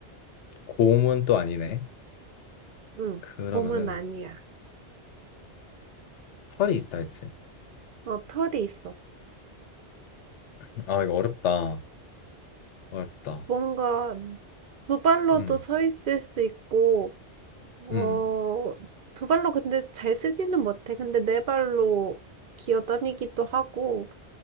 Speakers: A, on the left; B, on the right.
A: 곰은 또 아니네.
B: 응,
A: 그러면은
B: 곰은 아니야.
A: 털이 있다 했지.
B: 어, 털이 있어.
A: 음, 아, 이거 어렵다. 어렵다.
B: 뭔가 두 발로도
A: 음,
B: 서 있을 수 있고, 어,
A: 음.
B: 두 발로 근데 잘 쓰지는 못해. 근데 네 발로 기어다니기도 하고,